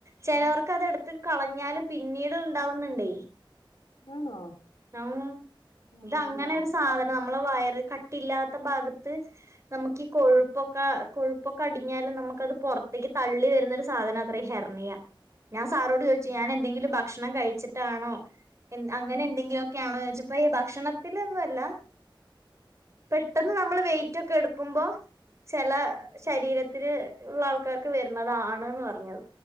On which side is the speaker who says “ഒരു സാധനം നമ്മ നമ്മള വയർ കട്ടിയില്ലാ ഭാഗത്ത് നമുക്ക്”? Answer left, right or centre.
Right